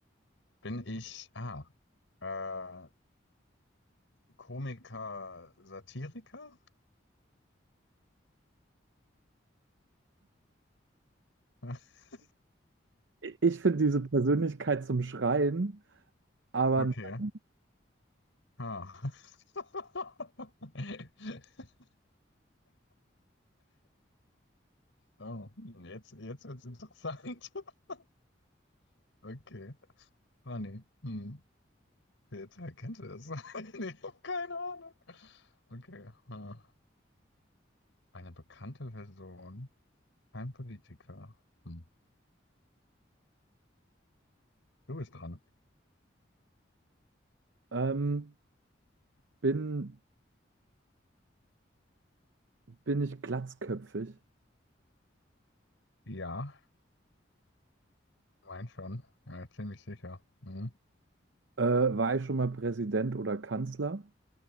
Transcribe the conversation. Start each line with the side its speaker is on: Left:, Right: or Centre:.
Left: Bin ich, ah, äh, Komiker, Satiriker? <laughs>
Right: Ich finde diese Persönlichkeit zum Schreien, aber
Left: Okay.
Right: nein.
Left: Ah. <laughs> Oh, hm, jetzt, jetzt wird's interessant. <laughs> Okay. Funny. Hm. Wer wer kennt das? <laughs> Nee, Ich hab keine Ahnung. Okay. Ah. Eine bekannte Person. Kein Politiker. Hm. Du bist dran.
Right: Ähm, bin, bin ich glatzköpfig?
Left: Ja, mein schon. Ja, ziemlich sicher. Hm.
Right: Äh, war ich schon mal Präsident oder Kanzler?